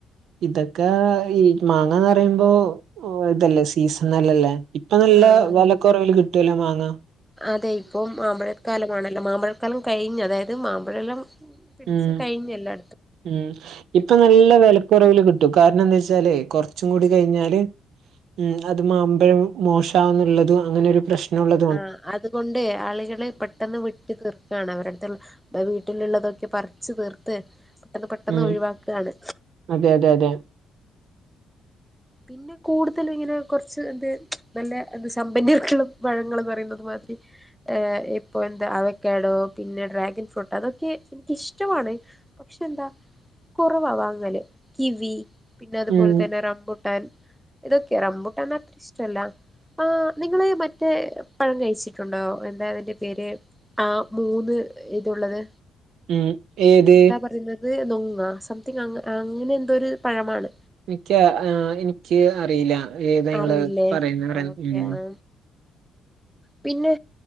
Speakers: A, on the right; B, in the centre.
A: ഇതൊക്കെ ഈ മാങ്ങാന്ന് പറയുമ്പോ ഹു തല്ലേ സീസണല്ല ല്ലേ ഇപ്പം നല്ല
B: ആഹ്
A: വെലക്കുറവിൽ കിട്ടോല്ലോ മാങ്ങ.
B: അതെ ഇപ്പോം മാമ്പഴക്കാലമാണല്ലോ മാമ്പഴക്കാലം കഴിഞ്ഞ്. അതായത് മാമ്പഴെല്ലം പിട്ച്
A: ഉം
B: കഴിഞ്ഞല്ലാ
A: ഉം ഇപ്പം നല്ല വെലക്കുറവില് കിട്ടും. കാര്ണെന്താച്ചാലേ കൊർച്ചും കൂടി കഴിഞ്ഞാല് ഉം അത് മാമ്പഴം മോശാഉന്നുള്ളതു പ്രെശ്നൂള്ള
B: ആഹ് അതുകൊണ്ടേ ആളുകള് പെട്ടെന്ന് വെട്ടി തീർക്കാണ് അവരട്ത് ബഹ്‌ വീട്ടില് തൊക്കെ പറിച് തീർത്തേ പെട്ടെന്ന് പെട്ടെന്ന്
A: ഉം
B: ഒഴിവാക്കാണ്.
A: അതെ അതെ അതെ
B: പിന്നെ കൂടുതലും ഇങ്ങനെ കൊർച്ച് എന്ത് നല്ല ത് സമ്പന്നർക്ള്ള പഴങ്ങള് പറയുന്ന പോൽ ഏഹ് ഇപ്പൊ എന്താ അവക്കാടോ പിന്നെ ഡ്രാഗൺ ഫ്രൂട്ടെ അതൊക്കെ ഇഷ്ടമാണ്. പക്ഷെ എന്താ കുറവാ വാങ്ങല്. കി വി പിന്നതുപോൽ
A: ഉം
B: തന്നെ റമ്പൂ ട്ടൻ ഇതൊക്കെയാണ് റംമ്പൂട്ടാൻത്ര ഇഷ്ടല്ല. ആഹ് നിങ്ങളീ മറ്റേ പഴം കഴിച്ചിട്ടുണ്ടോ? എന്താതിന്റെ പേര് ആ മൂന്ന് ഇതുള്ളത്
A: ഉം ഏത്
B: എന്താ പറയുന്നത് നൊങ്ങാ സംതിങ് അങ്‌ അങ്ങനെ എന്തോ ഒരു പഴമാണ്.
A: നിക്കെ ആഹ് എനിക്ക് അറിയില്ല ഏതാ ഇങ്ങള്
B: അറിയില്ലേ
A: പറയുന്ന റയു
B: ഓക്കെ
A: ഉം
B: ആ പിന്നെ